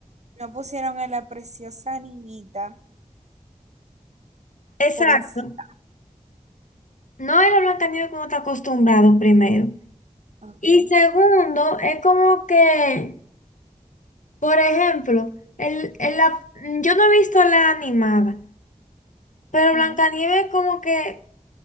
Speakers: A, on the right; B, on the left.
A: No pusieron a la preciosa niñita,
B: Exacto.
A: jovencita.
B: No es la Blancanieves que uno está acostumbrado primero.
A: Ok.
B: Y segundo, es como que, por ejemplo, el, el la- yo no he visto la animada, pero
A: Ujú.
B: Blancanieves como que